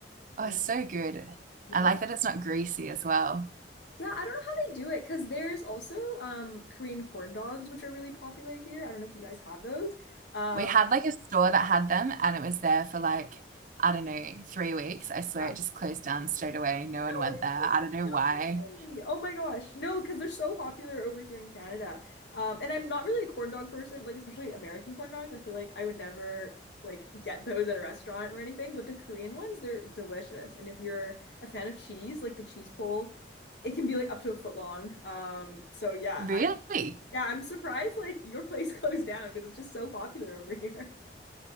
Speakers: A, on the right; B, on the left.
A: Oh,
B: Um,
A: it's so good.
B: yeah.
A: I like that it's not greasy as well.
B: Yeah, I don't know how they do it because there's also um Korean corn dogs, which are really popular here. I don't know if you guys have those. Um,
A: We had like a store that had them and it was there for like, I don't know, three weeks. I swear
B: yeah.
A: it just closed down straight away. No one
B: No
A: went
B: way.
A: there. I don't know
B: No
A: why.
B: way. Oh my gosh. No, because they're so popular over here in Canada. Um, and I'm not really a corn dog person, like especially American corn dogs. I feel like I would never like get those at a restaurant or anything, but the Korean ones, they're delicious. And if you're a fan of cheese, like the cheese pole, it can be like up to a foot long. Um, so yeah,
A: Really?
B: I'm yeah, I'm surprised like your place <laughs> closed down because it's just so popular over here.